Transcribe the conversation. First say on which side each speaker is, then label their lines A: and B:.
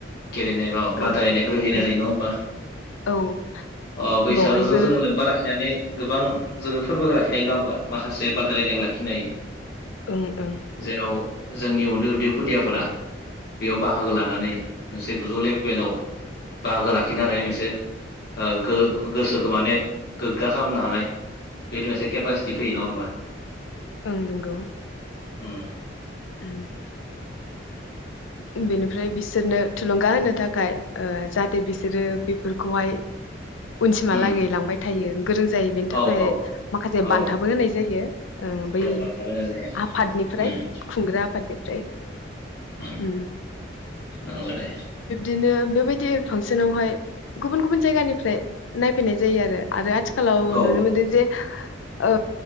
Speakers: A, on the left (about 55°); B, on the left (about 80°).
A: गेलेनाय बा
B: ओं
A: बादायलायनायफोर होनाय
B: ओं
A: जायो नङा होमबा
B: औ
A: अ बैसागोजों
B: बावहायबो
A: जोङो लोब्बा लाखिनानै गोबां जोङो फोरबोखौ लाखि नाय नङा होनबा माखासे बादायलायनायखौ लाखिनो हायो।
B: ओं ओं
A: जेराव जोंनि उन्दै-उन्दै खुदियाफोरा बेयाव बाहागो लानानै मोनसे गोजौ लेबेलाव बाहागो लाखिनो हानायनि मोनसे गो-गोसोखौ माने गोग्गा खालामनो हानाय बेदि मोनसे केपासिटि फैयो नङा होमबा।
B: ओं नंगौ
A: ओ
B: <inaudible> बेनिफ्राय बिसोरनो थुलुंगा होनो थाखाय जाहाथे बिसोरो बेफोरखौहाय उनसिमहालागै
A: उम
B: लांबाय थायो। <unintelligible> जायो बेनि
A: औ
B: थाखाय
A: औ
B: माखासे
A: औ
B: बान्थाबो होनाय जायो। ओ बै
A: औ बान्था होनाय जायो
B: आफादनिफ्राय
A: उम
B: खुंग्रा आफादनिफ्राय
A: उम
B: उम
A: नंगौ दे
B: बिदिनो बेबायदि फांसनावहाय गुबुन गुबुन जायगानिफ्राय नायफैनाय जायो आरो आथि खालााव
A: औ
B: नुनो मोनदों जे ओ